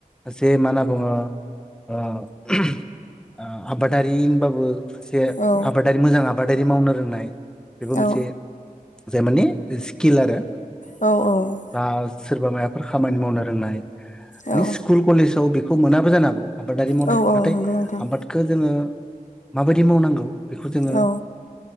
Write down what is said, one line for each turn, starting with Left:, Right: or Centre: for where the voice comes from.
Centre: जे बे मा होनना बुङो ओ ओ आबादारि होनबाबो एसे
Left: औ
Centre: आबादारि मोजां आ आबादारि मावनो रोंनाय बेबो मोनसे
Left: औ
Centre: जाय माने स्किल आरो।
Left: औ औ।
Centre: बा सोरबा मायाफोर खामानि मावनो रोंनाय मानि
Left: औ
Centre: स्कुल कलेजाव बेख बेखौ मोनाबो जानो हागौ आबादारि मावनायखौ
Left: औ औ
Centre: नाथाय
Left: नंगौ नोंथां
Centre: आबादखौ जोङो माबायदि मावनांगौ बेखौ जोङो
Left: औ औ